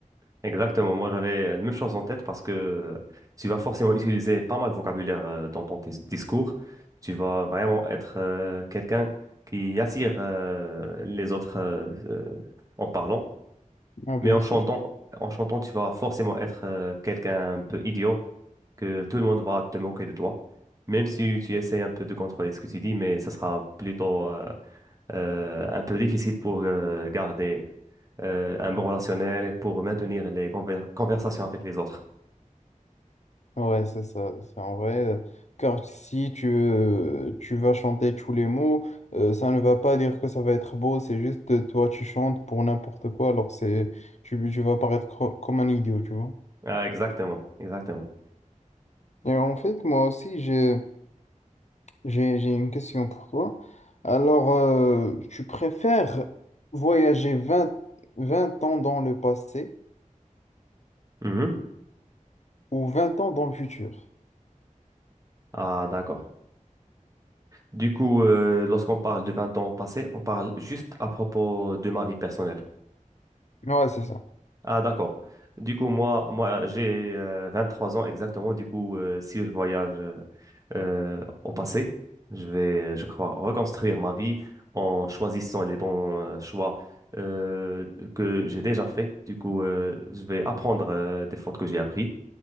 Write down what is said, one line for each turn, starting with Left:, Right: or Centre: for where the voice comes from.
Right: Exactement, moi j'avais la même chose en tête parce que euh, tu vas forcément utiliser pas mal de vocabulaire euh, dans ton dis- discours. Tu vas vraiment être euh, quelqu'un qui attire euh, les autres euh, euh, en parlant,
Left: Ah, bien
Right: mais en chantant,
Left: sûr.
Right: en chantant, tu vas forcément être euh, quelqu'un un peu idiot, que tout le monde va te moquer de toi, même si tu essayes un peu de contrôler ce que tu dis, mais ça sera plutôt euh, euh, un peu difficile pour euh, garder euh, un bon relationnel et pour maintenir les conver- conversations avec les autres.
Left: Ouais, c'est ça, c'est en vrai. euh, Car si tu, euh, tu vas chanter tous les mots, euh, ça ne va pas dire que ça va être beau, c'est juste euh, toi tu chantes pour n'importe quoi, alors c'est tu, tu vas paraître cro- comme un idiot, tu vois.
Right: Ah, exactement, exactement.
Left: Et en fait, moi aussi, j'ai. J'ai, j'ai une question pour toi. Alors, euh, tu préfères voyager vingt vingt ans dans le passé
Right: Mhm.
Left: ou vingt ans dans le futur?
Right: Ah, d'accord. Du coup, euh, lorsqu'on parle de 20 ans passés, on parle juste à propos de ma vie personnelle.
Left: Ouais, c'est ça.
Right: Ah, d'accord. Du coup, moi, moi j'ai euh, trois ans exactement. Du coup, euh, si je voyage euh, euh, au passé, je vais, je crois, reconstruire ma vie en choisissant les bons euh, choix euh, que j'ai déjà faits. Du coup, euh, je vais apprendre euh, des fautes que j'ai apprises